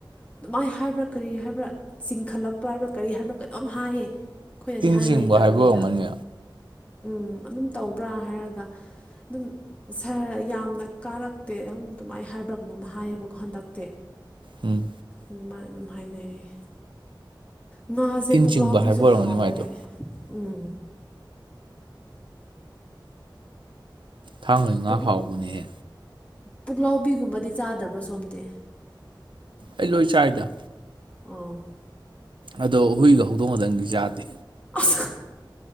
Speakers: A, on the left (about 15°); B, on the right (about 75°).
A: ꯑꯗꯨꯃꯥꯏꯅ ꯍꯥꯏꯕ꯭ꯔ ꯀꯔꯤ ꯍꯥꯏꯕ꯭ꯔ ꯆꯤꯡꯈꯠꯂꯛꯄ ꯍꯥꯏꯕ꯭ꯔ ꯀꯔꯤ ꯍꯥꯏꯕ꯭ꯔ ꯀꯩꯅꯣꯝ ꯍꯥꯏꯌꯦ ꯑꯩꯈꯣꯏꯅꯗꯤ
B: ꯏꯟ
A: ꯍꯥꯏꯕ
B: ꯆꯤꯡꯕ
A: ꯍꯩꯇꯕꯅꯤꯅ
B: ꯑꯣꯏꯔꯝꯒꯅꯤ
A: ꯎꯝ ꯑꯗꯨꯝ ꯇꯧꯕ꯭ꯔꯥ ꯍꯥꯏꯔꯒ ꯑꯗꯨꯝ ꯁꯥꯔ ꯌꯥꯝꯅ ꯀꯥꯔꯛꯇꯦ ꯑꯗꯨꯝ ꯑꯗꯨꯃꯥꯏꯅ ꯍꯥꯏꯕ꯭ꯔꯥ ꯀꯩꯅꯣꯝ ꯍꯥꯏꯌꯦꯕꯀꯣ ꯍꯟꯗꯛꯇꯤ
B: ꯎꯝ
A: ꯑꯗꯨꯃꯥꯏ ꯑꯗꯨꯝ ꯍꯥꯏꯅꯩꯌꯦ ꯉꯥꯁꯦ
B: ꯏꯟ
A: ꯄꯨꯛꯂꯥꯎꯕꯤꯁꯨ
B: ꯆꯤꯡꯕ ꯍꯥꯏꯕ ꯑꯣꯏꯔꯝꯒꯅꯤ
A: ꯍꯥꯎꯋꯦ
B: ꯃꯥꯏꯗꯣ
A: ꯎꯝ
B: ꯊꯥꯡꯒꯒꯤ ꯉꯥ
A: ꯄꯨꯛ
B: ꯍꯥꯎꯕꯅꯦꯍꯦ
A: ꯄꯨꯛꯂꯥꯎꯕꯤꯒꯨꯝꯕꯗꯤ ꯆꯥꯗꯕ꯭ꯔ ꯁꯣꯝꯗꯤ
B: ꯑꯩꯂꯣꯏ ꯆꯥꯏꯗ
A: ꯑꯣ
B: ꯑꯗꯣ ꯍꯨꯏꯒ ꯍꯧꯗꯣꯡ ꯈꯗꯪꯗꯤ ꯌꯥꯥꯗꯦ
A: ꯑꯁ